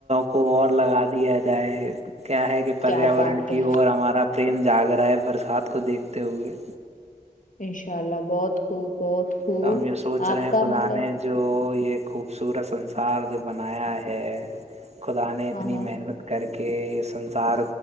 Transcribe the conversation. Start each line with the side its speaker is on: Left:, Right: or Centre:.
Right: کو اور لگا دیا جائے کیا ہے کہ کہ پریاورن
Left: کیا بات
Right: کی
Left: ہے
Right: اور ہمارا پریم جاگ رہا ہے برسات کو دیکھتے ہوئے
Left: انشاء اللہ بہت خوب بہت خوب
Right: تو ہم یہ سوچ رہے
Left: آپ
Right: ہیں
Left: کا
Right: خدا
Left: مطلب
Right: نے جو یہ خوبصورت سنسار جو بنایا ہے خدا نے اتنی
Left: ہاں ہاں
Right: محنت کر کے اس سنسار